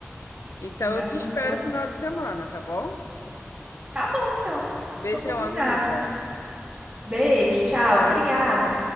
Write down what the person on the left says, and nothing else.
Então
eu te espero
no final de semana, tá bom?
Beijão,
amiga.
Tchau.